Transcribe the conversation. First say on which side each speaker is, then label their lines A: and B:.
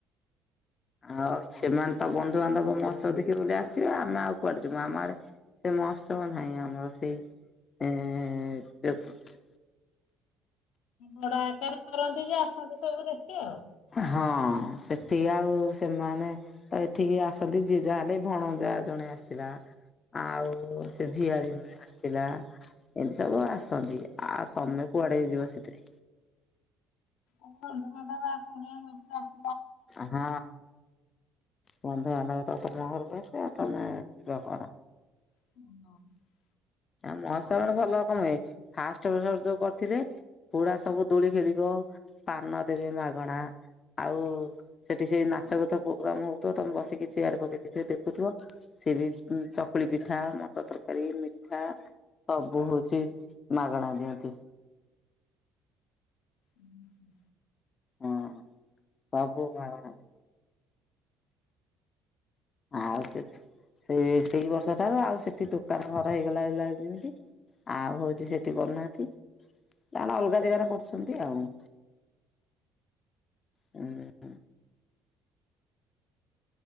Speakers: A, on the left; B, on the left.
A: ଆଉ ସେମାନେ ତ ବନ୍ଧୁବାନ୍ଧବ ମହୋତ୍ସବ ଦେଖିବ ବୋଲି ଆସ। ଆମେ ଆଉ କୁଆଡେ ଯିବା ଆମ ଆଡେ ସେ ମହୋତ୍ସବ ନାହିଁ ଆମର ସେଇ। ଏଁ <unintelligible>
B: ବଡ ଆକାର କରନ୍ତି ଯେ ଆସନ୍ତିୁ ସବୁ ଦେଖି ଆଉ।
A: ହଁ ସେଠି ଆଉ ସେମାନେ ତ ଏଠିକି ଆସନ୍ତି ଜ ଯାହା ହେ ଲେ ଭଣଜା ଜଣେ ଥିଲା ଆଉ ସେ ଝିଅର ଆସିଥିଲା ଏମିତି ସବୁ ଆସନ୍ତି। ଆଉ ତମେ କୁଆଡେ ହେଇ ଯିବ ସେଥିରେ
B: ଆମର ଅଧ ଘଣ୍ଟା ବା କୁଣିଆ ମୈତ୍ର ଆସୁ
A: ହଁ। ବନ୍ଧୁ ବାନ୍ଧବ ତ ତମ ଘରକୁ ଆସିବେ ଆଉ ତମେ ଯିବା କୁଆଡ଼େ?
B: <inaudible>
A: ଆ ମହୋତ୍ସବ ଭଲ କଣପାଇଁ ଫାଷ୍ଟ ବର୍ଷ ଯୋଉ କରିଥିଲେ ପୋଡ଼ା ସବୁ ଦୋଳି ଖେଳିବ ପାନ ଦେବେ ମାଗଣା ଆଉ ସେଠି ସେଇ ନାଚ ଗୀତ ପ୍ରୋଗ୍ରାମ ହଉଥିବ ତମେ ବସିକି ଚେୟାର ପକେଇକି ଦେଖୁଥିବ ସେ ବି ଚକୁଳି ପିଠା ମଟର ତରକାରୀ ମିଠା ସବୁ ହଉଛି ମାଗଣା ଦିଅନ୍ତି।
B: ଓହୁ।
A: ହଁ ସବୁ ମାଗଣାରେ ଆଉ ସେ ସେ ସେଇ ବର୍ଷ ଠାରୁ ଆଉ ସେଠି ଦୋକାନ ଘର ହେଇଗଲା ଯେମତି ଆଉ ହଉଛି ସେଠି କରୁନାହାନ୍ତି ତାଙ୍କର ଅଲଗା ଜାଗାରେ କରୁଛନ୍ତି ଆଉ ଉଁ ହୁଁ।